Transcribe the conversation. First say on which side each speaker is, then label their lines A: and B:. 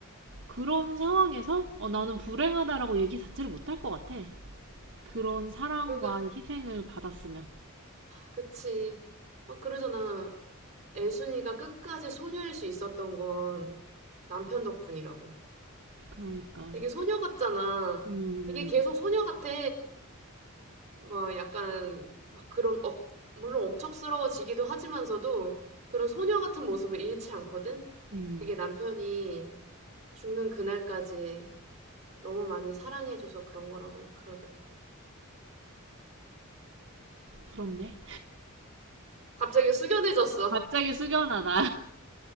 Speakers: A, on the right; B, on the right.
A: 그런 상황에서 어, 나는 불행하다라고 얘기 자체를 못 할 것 같아. 그런 사랑과
B: 그러니까,
A: 희생을 받았으면.
B: 그치. 막 그러잖아. 애순이가 끝까지 소녀일 수 있었던 건 남편 덕분이라고.
A: 그러니까.
B: 되게 소녀 같잖아.
A: 음, 음,
B: 되게 계속 소녀 같아. 막 약간, 막 그런 억, 물론 억척스러워지기도 하지만서도 그런 소녀 같은 모습을 잃지 않거든?
A: 음.
B: 되게 남편이 죽는 그날까지 너무 많이 사랑해줘서 그런 거라고 그러더라.
A: 부럽네.
B: 갑자기 숙연해졌어.
A: 갑자기 숙연하다.